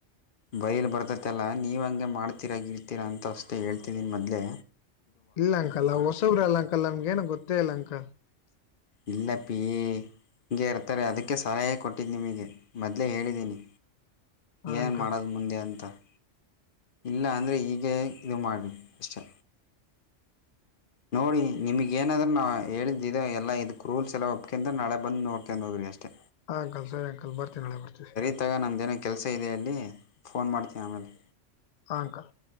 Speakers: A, on the left; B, on the left.
A: ಬೈಯಲಿ ಬರ್ತೈತಲ್ಲ ನೀವು ಹಂಗೆ ಮಾಡ್ತೀರಾ ಗಿಡ್ತೀರಾ ಅಂತ ಅಷ್ಟೇ ಹೇಳ್ತಿದ್ದೀನಿ ಮೊದಲೇ
B: ಇಲ್ಲ ಅಂಕಲ್ ಅವ ಹೊಸಬ್ರ ಅಲ್ಲ ಅಂಕಲ್ ನಮಗೇನು ಗೊತ್ತೇ ಇಲ್ಲ ಅಂಕಲ್.
A: ಇಲ್ಲ ಅಪ್ಪಿ - ಹೀಗೆ ಇರ್ತಾರೆ ಅದಕ್ಕೆ ಸಹಾಯ ಕೊಟ್ಟಿದ್ದು ನಿಮಗೆ ಮೊದಲೇ ಹೇಳಿದ್ದೀನಿ.
B: ಹಾ
A: ಏನ್
B: ಅಂಕಲ್
A: ಮಾಡದ್ ಮುಂದೆ ಅಂತ - ಇಲ್ಲ ಅಂದರೆ ಹೀಗೆ ಇದು ಮಾಡಿ ಅಷ್ಟೇ. ನೋಡಿ ನಿಮಗ ಏನಾದ್ರೂ ನಾ ಹೇಳಿದ್ದಿದೆ ಎಲ್ಲ ಇದಕ್ಕೆ ರೂಲ್ಸ್ ಎಲ್ಲ ಒಪ್ಕೊಂಡೆ ನಾಳೆ ಬಂದು ನೋಡ್ಕೊಂಡು ಹೋಗ್ರಿ ಅಷ್ಟೇ.
B: ಹಾ ಅಂಕಲ್ ಸರಿ ಅಂಕಲ್ ಬರ್ತೀವಿ ನಾಳೆ ಬರ್ತೀವಿ.
A: ಇತ್ತಾಗ ನಮ್ದೇನೋ ಕೆಲಸ ಇದೆ ಅಲ್ಲಿ ಫೋನ್ ಮಾಡ್ತೀನಿ ಆಮೇಲೆ
B: ಹಾ ಅಂಕಲ್. <unintelligible>